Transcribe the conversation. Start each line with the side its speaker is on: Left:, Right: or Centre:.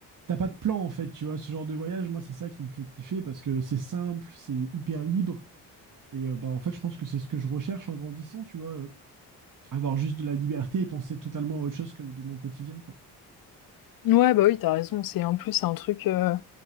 Right: t'as pas de plan en fait, tu vois. Ce genre de voyage, moi, c'est ça qui me fait kiffer parce que c'est simple, c'est hyper libre. Et euh, bah, en fait, je pense que c'est ce que je recherche en grandissant, tu vois. euh, avoir juste de la liberté et penser totalement à autre chose que de mon quotidien, quoi.
Left: Ouais, bah oui, t'as raison. C'est en plus c'est un truc. euh,